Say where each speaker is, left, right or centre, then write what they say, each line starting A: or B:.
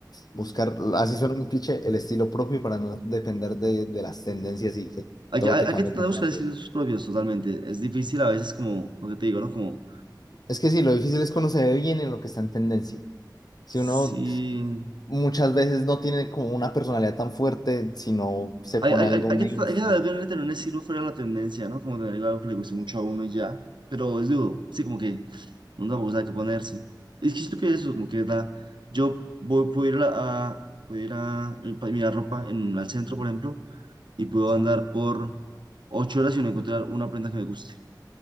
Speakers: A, on the left (about 55°); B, on the right (about 80°).
A: buscar, así suena un cliché, el estilo propio para no depender de, de las tendencias y que
B: Hay
A: todo
B: que, hay,
A: te
B: hay
A: cambie
B: que tratar
A: tan
B: de buscar
A: rápido.
B: sitios propios totalmente. Es difícil a veces como, lo que te digo, ¿no? Como,
A: Es que sí, lo difícil es conocer bien en lo que está en tendencia. Si
B: sí.
A: uno muchas veces no tiene como una personalidad tan fuerte, sino se
B: Hay,
A: pone
B: hay-
A: algo
B: hay- hay
A: mainstream.
B: que tra- hay que tratar de no tener un estilo fuera de la tendencia, ¿no? Como tener algo que le guste mucho a uno y ya. Pero es duro, sí, como que uno tampoco sabe qué ponerse. Es que siento que eso, como que da. Yo voy, puedo ir a, a- puedo ir a mi- pa- mirar ropa en un al centro, por ejemplo, y puedo
A: Sí.
B: andar por ocho horas y no encontrar una prenda que me guste,